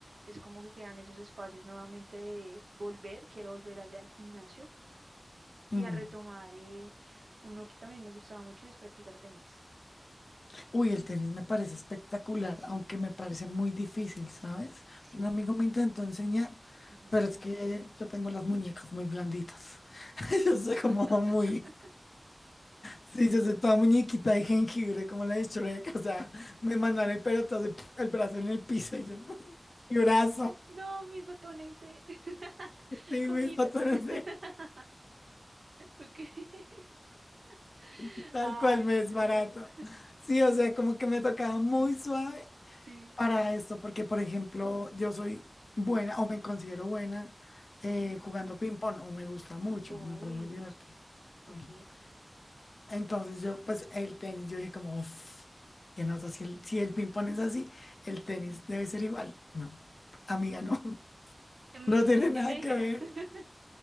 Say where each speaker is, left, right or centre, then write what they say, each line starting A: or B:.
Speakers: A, on the right; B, on the left.
A: es como que quedan esos espacios nuevamente de volver, quiero volver al al gimnasio y
B: Mm.
A: a retomar eh, uno que también me gustaba mucho es practicar tenis.
B: Uy, el tenis me parece espectacular,
A: Sí,
B: aunque me parece muy difícil, ¿sabes?
A: sí.
B: Un amigo me intentó enseñar,
A: ujú.
B: pero es que yo tengo las muñecas muy blanditas. <laughs> Yo soy
A: <laughs>
B: como muy... Sí, yo soy toda muñequita de jengibre, como la de Shrek. O sea, me mandan el pelotazo, y ¡puf! el brazo en el piso y yo... <laughs> Mi brazo.
A: No, mis botones de <laughs>
B: Sí,
A: comita.
B: mis botones,
A: <laughs> Okay. <laughs>
B: <laughs> tal
A: Ay,
B: cual me
A: no.
B: es barato. Sí, o sea, como que me tocaba muy suave
A: Sí.
B: para esto, porque por ejemplo, yo soy buena o me considero buena eh,
A: Ujú.
B: jugando ping pong o me gusta mucho,
A: Uy,
B: me parece muy divertido.
A: ok.
B: Mm. Entonces yo, pues el tenis, yo dije como, uff, qué nota, si el, si el ping pong es así, el tenis
A: Ujú.
B: debe ser igual. No, amiga, no, <laughs>
A: Mm,
B: no tiene nada
A: ¿qué te dijera?
B: que ver.
A: <laughs>